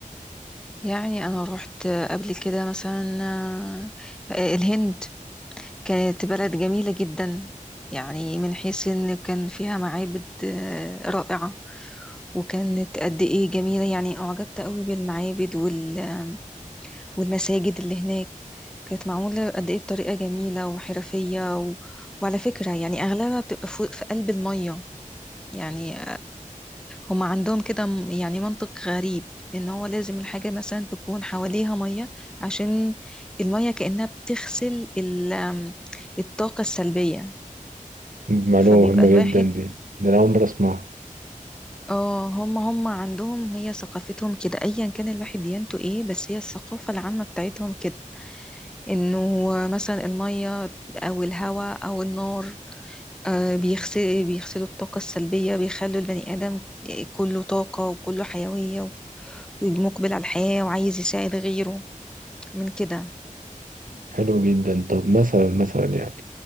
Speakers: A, in the centre; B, on the right.
A: يعني أنا روحت قبل كده مثلا آه آه، الهند كانت بلد جميلة جدا يعني من حيث إن كان فيها معابد آه رائعة وكانت قد إيه جميلة يعني أعجبت قوي بالمعابد وال والمساجد اللي هناك كانت معمولة قد إيه بطريقة جميلة وحرفية و... وعلى فكرة يعني أغلبها بتبقى فوق في قلب المية يعني هما عندهم كده م- يعني منطق غريب ان هو لازم الحاجة مثلا تكون حواليها مية عشان المية كأنها بتغسل ال- آم، الطاقة السلبية
B: معلومه
A: فبيبقى
B: مهمه
A: الواحد
B: جدا دي ده انا اول مره اسمعها
A: اه هما هما عندهم هي ثقافتهم كده ايا كان الواحد ديانته ايه بس هي الثقافة العامة بتاعتهم كده انه مثلا المية او الهواء او النار آه، بيغسل بيغسلوا الطاقة السلبية بيخلوا البني آدم آه، كله طاقة وكله حيوية مقبل على الحياة وعايز يساعد غيره من كده
B: حلو جدا طب مثلا مثلا يعني